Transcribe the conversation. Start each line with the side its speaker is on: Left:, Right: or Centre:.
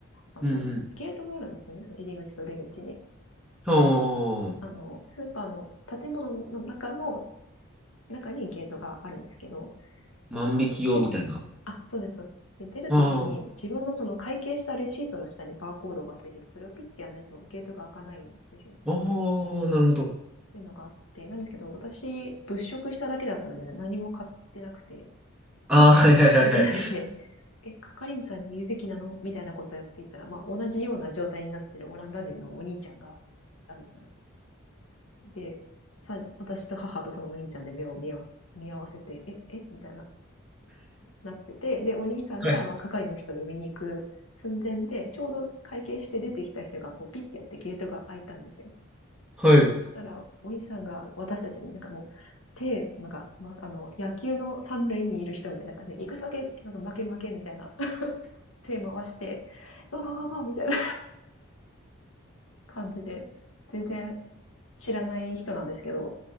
Left: あの、
Centre: うん。
Left: ゲートがあるんですよね、その入り口と出口に。
Centre: ああ、
Left: あの、スーパーの建物の中の、中にゲートがあるんですけど、
Centre: 万引き用みたいな。
Left: なんか、出る、
Centre: あ
Left: あ、そうです、そうです。で、出るときに、
Centre: あ。
Left: 自分のその会計したレシートの下にバーコードがついてて、それをピッてやらないとゲートが開かないんですよ。っ
Centre: おー、なるほど。
Left: ていうのがあって、なんですけど、私、物色しただけだったので、何も買ってなくて、
Centre: あー、
Left: ピーってできなくて、
Centre: はいはいはいはい。
Left: <laughs> え、係員さんに言うべきなのみたいなことをやっていたら、まあ、同じような状態になってるオランダ人のお兄ちゃんがいたんで、さ、私と母とそのお兄ちゃんで目を見よ見合わせて、え、えみたいな。なってて、で、お兄さんが、
Centre: はい。
Left: まあ、係の人を呼びに行く寸前で、ちょうど会計して出てきた人が、こう、ピッてやってゲートが開いたんですよ。
Centre: はい。
Left: そしたら、お兄さんが私たちになんかもう、手、なんか、まあ、あの、野球の三塁にいる人みたいな感じで、行くぞけ、なんか負け負けみたいな、<laughs> 手回して、ゴーゴーゴーゴーみたいな <laughs> 感じで、全然知らない人なんですけど、